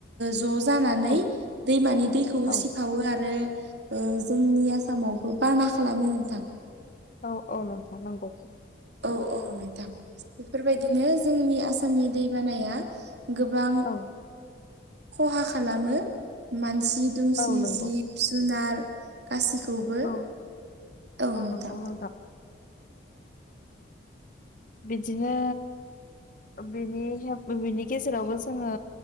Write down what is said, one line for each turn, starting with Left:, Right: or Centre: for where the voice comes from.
Right: ज' जानानै
Left: औ
Right: दैमानि दैखौ उसि
Left: औ
Right: खावो आरो जोंनि आसामावबो बाना खालामो नोंथां
Left: औ औ नोंथां नांगौ
Right: औ औ नोंथां बेफोरबायदिनो जोंनि आसामनि दैबानाया गोबां
Left: औ
Right: खहा खालामो मानसि दुमसि
Left: औ नंगौ
Right: जि जिब जुनार गासिखौबो
Left: औ
Right: औ नुदां
Left: नंगौ नोंथां अ बिदिनो बिनि्प बिनि गेजेरावबो जोङो